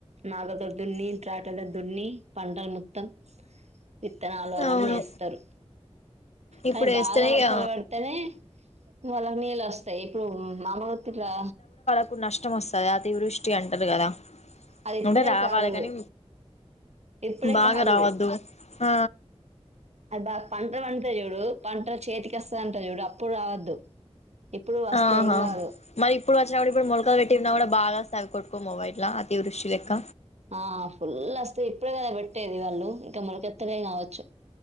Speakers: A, on the right (about 75°); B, on the left (about 75°).
A: నాగల్ తో దున్ని ట్రాక్టర్ తో దున్ని పంటల మొత్తం విత్తనాలు అవన్నీ
B: అవును
A: వేస్తారు. కానీ
B: ఇప్పుడు వేస్తేనే
A: బాగా వర్షాలు
B: ఇగ
A: పడితేనే వాళ్లకు నీళ్ళు వస్తాయి. ఇప్పుడు మ <unintelligible> కదా
B: ఇప్పుడు నష్టం వస్తాది. అతివృష్టి అంటారు కదా
A: అది ఇప్పుడే
B: అంటే రావాలి
A: కాదు
B: కానీ
A: ఇప్పుడే
B: బాగా
A: కాదు
B: రావద్దు ఆ
A: అది బాగా పంటలు పండుతాయి చూడు పంట చేతికి వస్తాది అంట చూడు అప్పుడు రావద్దు. ఇప్పుడు వస్తే
B: ఆహా
A: ఏం కాదు
B: మరి ఇప్పుడు వర్షాలు వచ్చినా కూడా ఇప్పుడు మొలకలు పెట్టినా కూడా బాగా వస్తే కొట్టుకోని పోవా ఇట్టా అతివృష్టి లెక్క
A: ఆ ఫుల్ వస్తే ఇప్పుడే కదా పెట్టేది వాళ్ళు ఇంకా మొలకెత్తలే కావచ్చు.